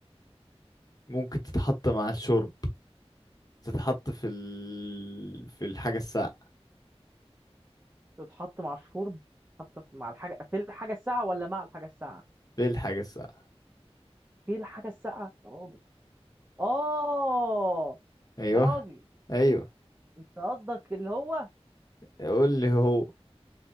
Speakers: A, on the left (about 35°); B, on the right (about 20°).
A: ممكن تتحط مع الشرب تتحط في ال... في الحاجة الساقعة
B: تتحط مع الشرب تتحط مع الحاجه في الحاجه الساقعه ولا مع الحاجه الساقعه
A: في الحاجة الساقعة
B: في الحاجه الساقعه يا راجل اه
A: ايوه
B: يا راجل
A: ايوه
B: انت قصدك اللي هو
A: قول لي هو